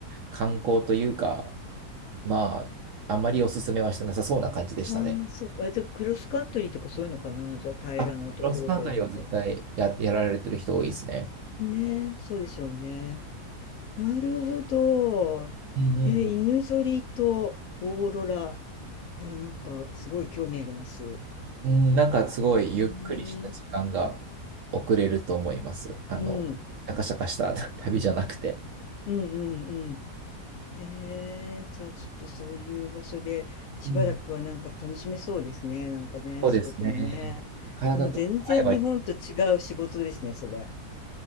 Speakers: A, on the right (about 70°); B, on the left (about 70°).
A: 観光というか、まあ、あまりおすすめはしてなさそうな感じでしたね。
B: ああ、そっか。あじゃあクロスカントリーとかそういうのかな。じゃあ平らなところでやったら。
A: あ、クロスカントリーは絶対や、やられてる人多いですね。
B: ねえ、そうでしょうね。なるほど。
A: うんうんうん。
B: えー、犬ぞりとオーロラ。いや、なんかすごい興味あります。う
A: うんなんかすごいゆっくりした時間が
B: ーん。
A: 遅れると思います。あの、
B: うん。
A: シャカシャカした <laughs> 旅じゃなくて。
B: うんうんうんへえ、じゃあちょっとそういう場所でしばらくはなんか楽しめそうですね。
A: うん。
B: なんかね、
A: そうですね。
B: 仕事もね。
A: 体とか合えば
B: もう全然日本と違う仕事ですね、それ。